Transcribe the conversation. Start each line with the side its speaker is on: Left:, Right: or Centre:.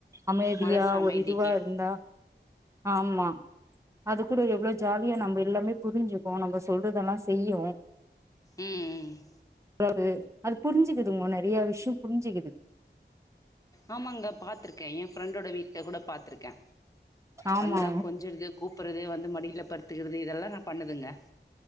Right: அமைதியா
Left: மனசு அமைதிக்கு
Right: ஒரு இதுவா இருந்தா ஆமா அது கூட எவ்ளோ ஜாலியா நம்ம எல்லாமே புருஞ்சுக்கு நம்ம சொல்றதெல்லா செய்யும்
Left: ம் ம்
Right: அதாவது அது புரிஞ்சுக்குதுங்கோ நெறையா விஷயோ புரிஞ்சுக்குது
Left: ஆமாங்க பாத்துருக்கே ஏ ஃப்ரெண்டோட வீட்ல கூட பாத்துருக்கே
Right: ஆமா
Left: வந்தா கொஞ்சர்து கூப் புட்றது வந்து மடியில படுத்துக்குறது இதெல்லாதா பண்ணுதுங்க